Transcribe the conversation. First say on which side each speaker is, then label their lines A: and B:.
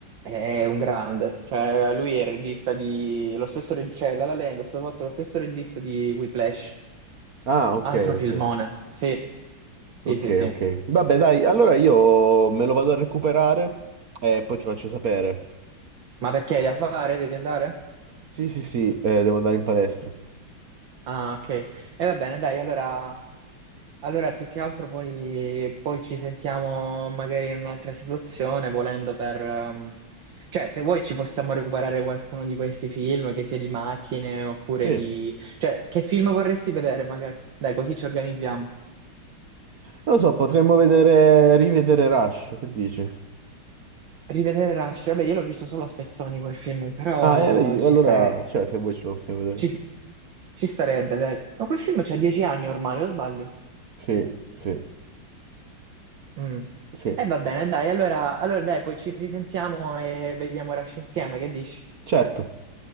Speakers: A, on the right (about 65°); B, on the right (about 50°).
A: È un grande. Cioè, lui è il regista di... Lo stesso reg- cioè, La La Land è stato fatto lo stesso regista di Whiplash.
B: Ah, ok,
A: Altro filmone.
B: ok,
A: Sì, sì,
B: ok,
A: sì, sì.
B: ok. Vabbè, dai, allora io me lo vado a recuperare e poi ti faccio sapere.
A: Ma perché hai da fare? Devi andare?
B: Sì, sì, sì, eh, devo andare in palestra.
A: Ah, ok. E va bene, dai, allora, allora più che altro poi, poi ci sentiamo magari in un'altra situazione, volendo per... ehm, Cioè, se vuoi ci possiamo recuperare qualcuno di questi film, che sia di macchine oppure
B: Sì.
A: di... Cioè, che film vorresti vedere magari? Dai, così ci organizziamo.
B: Non lo so, potremmo vedere, rivedere Rush, che dici?
A: Rivedere Rush. Vabbè, io l'ho visto solo a spezzoni quel film, però
B: Ah, e lei-
A: ci
B: allora,
A: stare...
B: cioè, se vuoi ce lo possiamo vedere.
A: ci ci starebbe, dai. Ma quel film c'ha dieci anni ormai, o sbaglio?
B: Sì, sì,
A: Mm.
B: sì.
A: E va bene, dai, allora, allora dai, poi ci risentiamo e vediamo Rush insieme, che dici?
B: Certo,